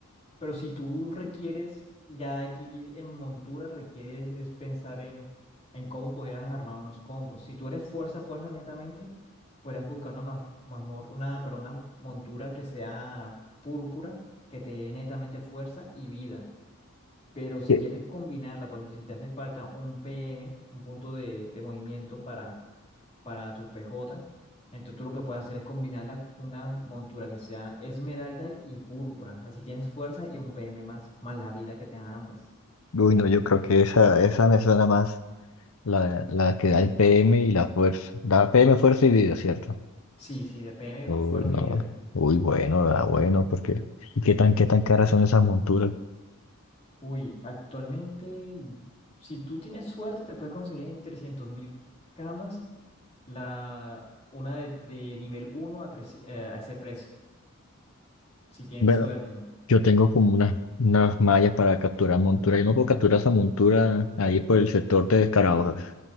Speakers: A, on the left (about 25°); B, on the left (about 70°).
A: Pero si tú requieres, ya aquí en montura requieres es pensar en, en cómo pudieras armar unos combos. Si tú eres fuerza, fuerza netamente, podrías buscar una, ma- mazmor- una, pero una montura que sea púrpura, que te dé netamente fuerza y vida. Pero si
B: Sí.
A: quieres combinarla, por ejemplo, si te hace falta un PM, un punto de, de movimiento para para tu PJ. Entonces tú lo que puedes hacer es combinarla con una montura que sea esmeralda y púrpura. Así tienes fuerza y un PM más, más la vida que te dan ambas.
B: Uy, no, yo creo que esa, esa me suena más. La, la que da el PM y la fuerza. Da PM, fuerza y vida, ¿cierto?
A: Sí, sí, de PM,
B: Uy,
A: fuerza
B: no.
A: y vida.
B: Uy, bueno, da bueno, porque. ¿Y qué tan, qué tan caras son esas monturas?
A: Uy, actualmente, si tú tienes suerte, te puedes conseguir en 300.000 camas la, una de, de nivel uno a, 3 eh, a ese precio, si tienes
B: Bueno,
A: suerte.
B: yo tengo como unas, unas mallas para capturar montura. Yo no puedo capturar esa montura ahí por el sector de Descarados,